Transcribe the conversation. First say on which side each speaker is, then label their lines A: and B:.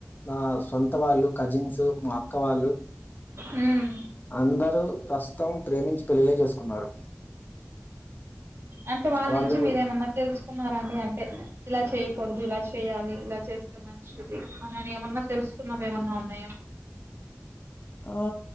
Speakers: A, on the left; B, on the right.
A: నా సొంత వాళ్ళు కజిన్స్ మా అక్క వాళ్ళు
B: ఉహ్
A: అందరు ప్రస్తుతం ప్రేమించి పెళ్ళిలే చేసుకున్నారు.
B: అంటే వాళ్ళ
A: వాళ్ళు
B: నుంచి మీరేమన్నా తెలుసుకున్నారండి అంటే ఇలా చేయకూడదు ఇలా చేయాలి ఇలా చేస్త మంచిది అనని ఏమన్నా తెలుసుకున్నావ్ ఏమన్నా ఉన్నాయా.
A: ఆ